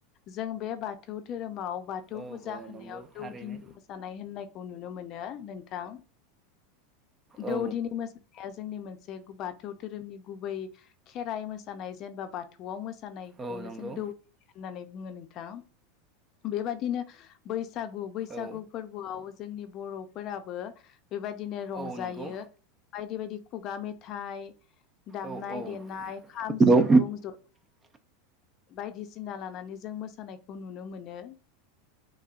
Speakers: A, on the left; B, on the right.
A: जों बे बाथौ धोरोमाव बाथौ
B: औ
A: फुजा
B: औ
A: होनायाव
B: नंगौ थारैनो
A: दौदिनि मोसा जानाय होननायखौ नुनो मोनो नोंथां। दौदिनि
B: औ
A: मो जोंनि मोनसे बाथौ धोरोमनि गुबै खेराइ मोसानाय जेनेबा बा थौवाव मोसानायखौनो
B: औ नंगौ
A: जों दौ होननानै बुङो नोंथां बेबादिनो बैसागु बैसागु
B: औ
A: फोरबोआव जोंनि बर'फोराबो बेबायदिनो रंजायो।
B: औ नंगौ
A: बायदि बायदि खुगा मेथाइ दामनाय
B: औ औ
A: देनाय खाम
B: नंगौ
A: सिफुं ज बायदिसिना लानानै जों मोसानायखौ नुनो मोनो।